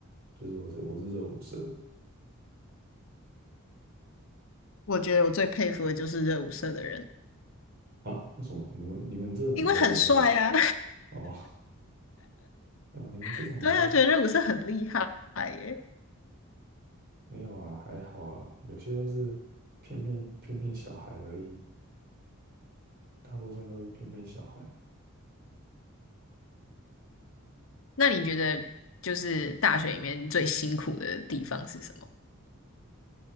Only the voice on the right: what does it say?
就是我是我是热舞社的
啊？为什么你们你们这种比较厉害吧？
哦，<laughs> 啊，你们这种比较厉
没有啊，还好啦，有些都是骗骗骗骗小孩而已，大部分都是骗骗小孩。